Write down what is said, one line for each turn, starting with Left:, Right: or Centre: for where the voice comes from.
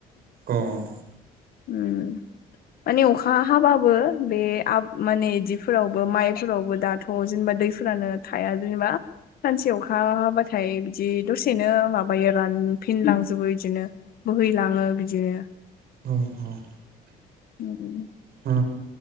Right: अह।
Left: ओम। माने अखा हाबाबो बे माने आब बिदिफोरावबो माइफोरावबो दाथ' थ' जेनेबा दैफोरानो थाया जेनेबा सानसे अखा हाबाथाय बिदि दसेनो माबायो रानफिनलांजोबो इदिनो। बोहैलाङो बिदिनो।
Right: औ औ।
Left: उम उम।
Right: ओ